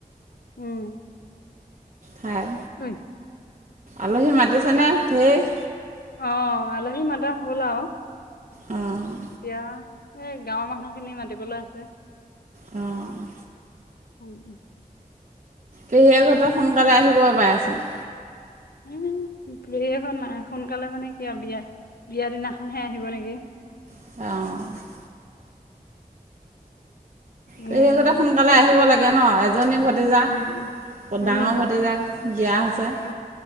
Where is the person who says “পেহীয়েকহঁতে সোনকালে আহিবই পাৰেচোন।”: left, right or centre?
Right